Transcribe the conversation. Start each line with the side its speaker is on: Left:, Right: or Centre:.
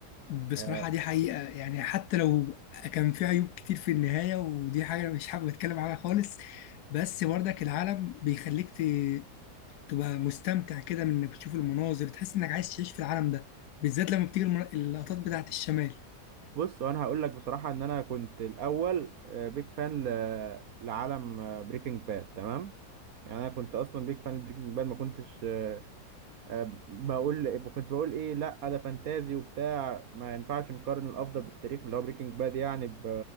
Left: بصراحه
Right: آه،
Left: دي حقيقه يعني حتى لو كان فيه عيوب كتير في النهايه ودي حاجه انا مش حابب اتكلم عنها خالص بس برضك العالم بيخليك تبقى مستمتع كده من انك بتشوف المناظر تحس انك عايز تعيش في العالم ده بالذات لما بتيجي المنا... اللقطات بتاعت الشمال
Right: بص وانا هقول لك بصراحه ان انا كنت الاول بيج فان لعالم بريكنج باد تمام يعني انا كنت اصلا بيك فان بريكنج باد ما كنتش آه، بقول إيه، كنت بقول ايه لا ده فانتازي وبتاع ما ينفعش نقارن الافضل بالتاريخ اللي هو بريكنج باد يعني ب...